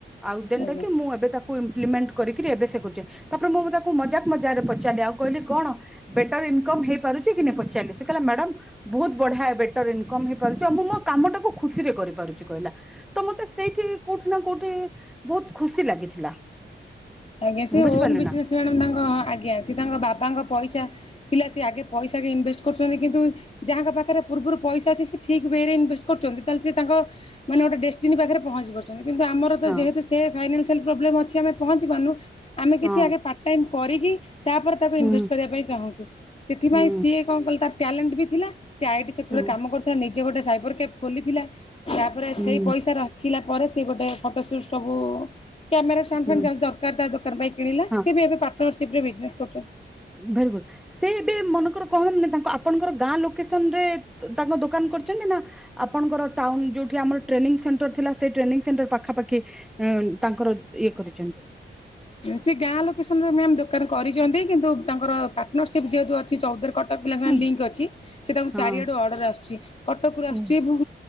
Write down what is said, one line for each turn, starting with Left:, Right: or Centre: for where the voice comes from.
Centre: ଆଉ ଦେନଟା
Left: ଆଜ୍ଞା
Centre: କି ମୁଁ ଏବେ ତାକୁ ଉଁ ଇମ୍ପ୍ଲିମେଣ୍ଟ କରିକିରି ଏବେ ସେ କରୁଛେ ତାପରେ ମୁଁଁ ତାକୁ ମଜାକ ମଜାରେ ପଚାରିଲି ଆଉ କହିଲି କଣ ବେଟର ଇନକମ୍ ହେଇପାରୁଛି କି ନାଇଁ ପଚାରିଲି ସେ କହିଲା ମ୍ୟାଡ଼ାମ ବହୁତ ବଢିଆ ବେଟର ଇନକମ୍ ହେଇପାରୁଛି ଆଉ ମୁଁ ମୋ କାମଟାକୁ ଖୁସିରେ କରିପାରୁଛି କହିଲା। ତ ମତେ ସେଇଠି କୋଉଠି ନା କୋଉଠି ବହୁତ ଖୁସି ଲାଗିଥିଲା।
Left: ଆଜ୍ଞା ସେ
Centre: ବୁଝିପାରିଲେ
Left: ଓନ୍ ବିଜନେସ୍
Centre: ନା
Left: <unintelligible> ତାଙ୍କ ଆଜ୍ଞା। ସେ ତାଙ୍କ ବାବାଙ୍କ ପଇସା ଥିଲା ସେ ଆଗେ ପଇସାକେ ଇନଭେଷ୍ଟ କରୁଛନ୍ତି କିନ୍ତୁ ଯାହାଙ୍କ ପାଖରେ ପୂର୍ବରୁ ପଇସା ଅଛି ସେ ଠିକ୍ ୱେରେ ଇନଭେଷ୍ଟ କରୁଛନ୍ତି ତାହେଲେ ସେ ତାଙ୍କ ମାନେ ଗୋଟେ ଡେଷ୍ଟିନ ପାଖରେ ପହଞ୍ଚିପାରୁ କିନ୍ତୁ ଆମର ତ
Centre: ହଁ
Left: ଯେହେତୁ ସେ ଫାଇନାସ୍ ସିଆଲ ପ୍ରୋବଲେମ୍ ଅଛି ଆମେ ପହଞ୍ଚି ପାରୁନୁ ଆମେ କିଛି
Centre: ହଁ
Left: ଆଗେ ପାଟ୍ ଟାଇମ୍ କରିକିି ତାପରେ ତାକୁ
Centre: ହୁଁ
Left: ଇନଭେଷ୍ଟ କରିବା ପାଇଁ ଚାହୁଁଛୁ ସେଥିପାଇଁ
Centre: ହୁଁ
Left: ସିଏ କଣ କଲେ ତା ଟ୍ୟାଲେଣ୍ଟ ବି ଥିଲା ସେ ଆଇଟି ସେକ୍ଟରରେ
Centre: ହୁଁ
Left: କାମ କରୁଥିଲା ନେଇ ସେ ଗୋଟେ ସାଇବର କେଫ୍ ଖୋଲିଥିଲା ତାପରେ
Centre: ହୁଁ
Left: ସେଇ ପଇସା ରଖି ଖିଲା ପରେ ସେ ଗୋଟେ ଫଟୋ ସୁଟ ସବୁ କ୍ୟାମେରା ଷ୍ଟାଣ୍ଡ
Centre: ହୁଁ
Left: ଫଣ୍ଡା ଯଦି ଦର୍ ତା ଦୋକାନ ପାଇଁ କିଣିଲା
Centre: ହଁ
Left: ସେ ବି ଏବେ ପାଟନର୍ଶିପ୍ ରେ ବିଜନେସ୍ କରୁଛନ୍ତି।
Centre: ଭେରି ଗୁଡ୍ ସେ ଏବେ ମନେକର କହନ ତା ଆପଣଙ୍କର ଗାଁ ଲୋକେସନ୍ ରେ ତାଙ୍କ ଦୋକାନ କରିଛନ୍ତି ନା ଆପଣଙ୍କର ଟାଉନ ଯୋଉଠି ଆମର ଟ୍ରେନିଂ ସେଣ୍ଟର ଥିଲା। ସେଇ ଟ୍ରେନିଂ ସେଣ୍ଟର ପାଖାପାଖି ଅଁ, ତାଙ୍କର ଇଏ କରିଛନ୍ତି
Left: ସେ ଗାଁ ଲୋକ ରେ ମ୍ୟାମ୍ ଦୋକାନ କରିଛନ୍ତି କିନ୍ତୁ ତାଙ୍କର ପାଟନର୍ଶିପ୍ ଯେହେତୁ ଅଛି ଚୌ ପିଲା ସାଙ୍ଗ
Centre: ହଁ
Left: ଲିଙ୍କ ଅଛି ସେତାଙ୍କୁ
Centre: ହଁ
Left: ଚାରିଆଡୁ ଅର୍ଡର ଆସୁଛି କଟରୁ ଆସୁଛି
Centre: ଓ,
Left: ଉଁ